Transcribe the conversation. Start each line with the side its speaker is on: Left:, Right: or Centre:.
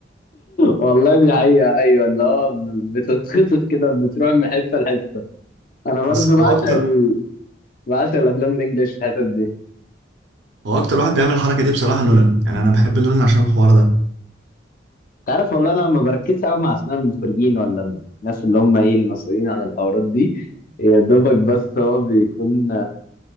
Left: والله دي حقيقة أيوة اللي هو بتتخطف كده بتروح من حتة لحتة أنا برضو
Right: بس
Left: بعشق
Right: هو اكتر
Left: ال... بعشق الأفلام الإنجليش في الحتت دي أنت
Right: هو اكتر واحد بيعمل الحركه دي بصراحه نولان يعني انا بحب نولان عشان الحوار ده
Left: عارف والله أنا ما بركزش أوي مع أسماء المخرجين ولا الناس اللي هم إيه المسؤولين عن الحوارات دي يا دوبك بس هو بيكون